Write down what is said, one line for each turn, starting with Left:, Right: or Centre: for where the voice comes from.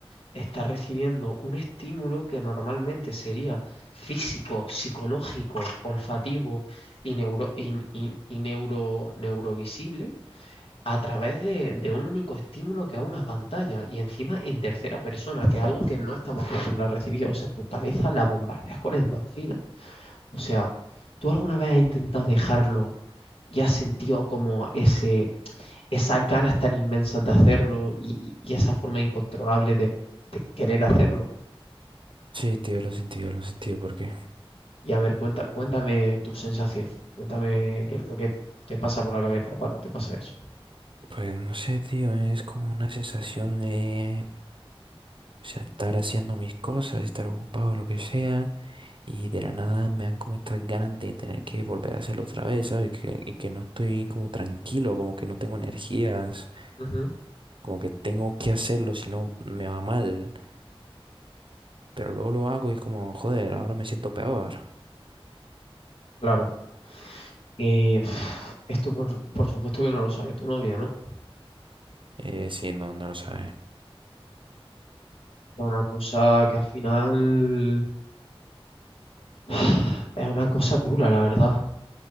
Left: estás recibiendo un estímulo que normalmente sería físico, psicológico, olfativo y, neuro, y, y- y neuro, neurovisible a través de, de un único estímulo que a una pantalla y encima en tercera persona, que es algo que no estamos acostumbrados a recibir. O sea, tu cabeza la bombardeas con endorfinas. O sea, ¿tú alguna vez has intentado dejarlo y has sentido como ese, esas ganas tan inmensas de hacerlo y, y esa forma incontrolable de, de querer hacerlo?
Right: Sí, tío, lo he sentido, lo he sentido, ¿por qué?
Left: Y a ver, cuenta, cuéntame tu sensación, cuéntame qué es lo que te pasa por la cabeza cuando te pasa eso.
Right: Pues no sé, tío, es como una sensación de... O sea, estar haciendo mis cosas, estar ocupado, lo que sea. Y de la nada me dan como estas ganas de tener que volver a hacerlo otra vez, ¿sabes? Que, y que no estoy como tranquilo, como que no tengo energías,
Left: Ujú,
Right: como que tengo que hacerlo, si no me va mal. Pero luego lo hago y es como, joder, ahora me siento peor.
Left: Claro. que pf, esto por, por supuesto que no lo sabe tu novia, ¿no?
Right: Eh, sí, no, no lo sabes.
Left: Es una cosa que al final <sighs> es una cosa dura, la verdad.